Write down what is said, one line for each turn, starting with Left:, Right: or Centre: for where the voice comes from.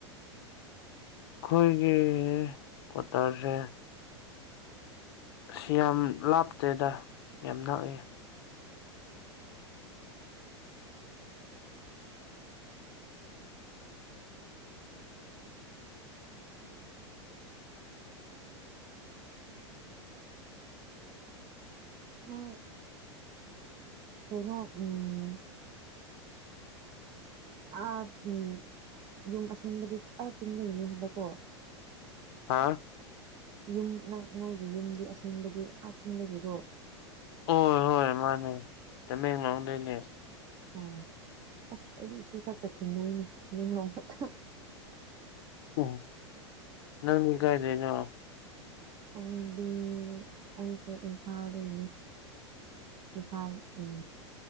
Left: ꯑꯩꯈꯣꯏꯒꯤ ꯀꯋꯥꯇꯔꯁꯦ ꯑꯁꯤ ꯌꯥꯝ ꯂꯥꯞꯇꯦꯗ ꯌꯥꯝ ꯅꯛꯑꯦ
Right: ꯍꯣꯏ ꯀꯩꯅꯣ ꯎꯝ ꯑꯥ ꯎ ꯌꯨꯝ ꯑꯁꯦꯡꯕꯗꯤ ꯑꯥ ꯆꯤꯡꯗꯩꯅꯤ ꯍꯥꯏꯕꯀꯣ
Left: ꯍꯥꯥ
Right: ꯌꯨꯝ ꯅꯪ ꯅꯣꯏꯒꯤ ꯌꯨꯝꯗꯤ ꯑꯁꯦꯡꯕꯗꯤ ꯑꯥ ꯆꯤꯟꯗꯒꯤꯔꯣ
Left: ꯍꯣꯏ ꯍꯣꯏ ꯃꯥꯟꯅꯦ ꯇꯃꯦꯡꯂꯣꯡꯗꯩꯅꯦ
Right: ꯎꯝ ꯑꯁ ꯑꯩ ꯁꯤ ꯈꯛꯇ ꯊꯦꯡꯅꯩꯅꯦ ꯇꯃꯦꯡꯂꯣꯡ ꯈꯛꯇ
Left: ꯑꯣ ꯅꯪꯗꯤ ꯀꯥꯏꯗꯩꯅꯣ
Right: ꯑꯩꯗꯤ ꯑꯩꯁꯦ ꯏꯝꯐꯥꯜꯗꯩꯅꯦ ꯏꯝꯐꯥꯜ ꯎꯝ